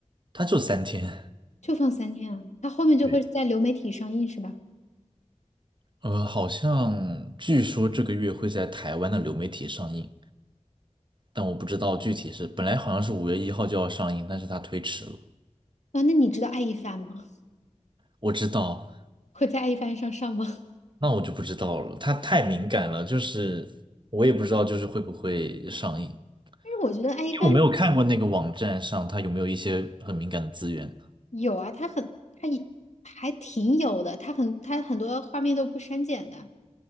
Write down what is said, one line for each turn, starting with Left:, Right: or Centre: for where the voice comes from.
Right: 他就三天，
Left: 就放三天啊？它后面就会在流媒体上映是吧？
Right: 对，呃，好像据说这个月会在台湾的流媒体上映，但我不知道具体是，本来好像是五月一号就要上映，但是它推迟了，
Left: 啊，那你知道爱一帆吗？
Right: 我知道。
Left: 会在爱一帆上上吗？<laughs>
Right: 那我就不知道了，它太敏感了，就是我也不知道，就是会不会上映，因
Left: 但是我觉得爱一帆
Right: 为我没有看过那个网站上它有没有一些很敏感的资源。
Left: 有啊，它很，它也还挺有的，它很，它很多画面都不删减的。